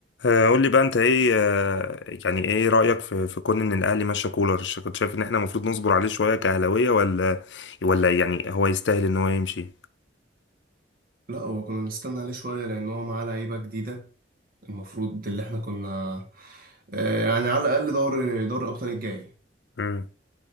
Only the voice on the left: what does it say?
آه، قول لي بقى انت ايه آه، يعني ايه رأيك في في كون ان الاهلي ماشي كولر ش- كنت شايف ان احنا المفروض نصبر عليه شوية كأهلاوية ولا ولا يعني هو يستاهل ان هو يمشي
امم